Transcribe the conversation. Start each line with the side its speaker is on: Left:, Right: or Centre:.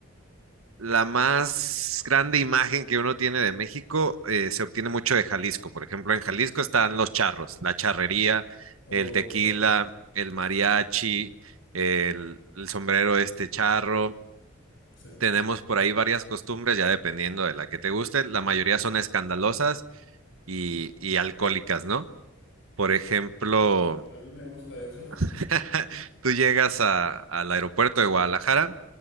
Right: la más grande imagen que uno tiene de México eh, se obtiene mucho de Jalisco. Por ejemplo, en Jalisco están los charros, la charrería,
Left: o...
Right: el tequila, el mariachi, el, el sombrero este charro.
Left: sí.
Right: Tenemos por ahí varias costumbres, ya dependiendo de la que te guste. La mayoría son escandalosas y, y alcohólicas, ¿no? Por ejemplo,
Left: A mí me gusta eso.
Right: <laughs> tú llegas a- al aeropuerto de Guadalajara